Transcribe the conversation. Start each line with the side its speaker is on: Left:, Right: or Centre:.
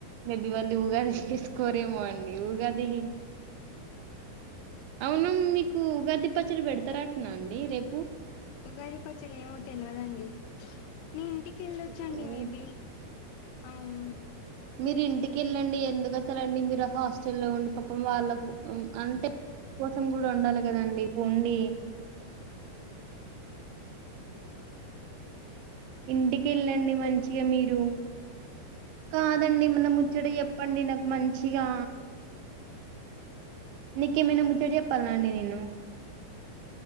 Right: మేబి వాళ్ళీ ఉగాది చేసుకోరేమో అండి ఉగాది అవును మీకు ఉగాది పచ్చడి పెడతారంటనా అండి రేపు
Left: ఉగాది పచ్చడి ఏమో తెలియదండి నీ ఇంటికి వెళ్ళొచ్చండి
Right: హ్మ్.
Left: మేబీ అవు
Right: మీరు ఇంటికిెళ్ళండి ఎందుకు అసలు అండి మీరు హాస్టల్ల్లో ఉండి పాపం వాళ్లకు అంటే మీకోసం కూడా వండాలి కదా అండి పోండి ఇంటికి వెళ్ళండి మంచిగా మీరు కాదండి మన ముచ్చట చెప్పండి నాకు మంచిగా నీకేమైనా ముచ్చట చెప్పాలా అండి నేను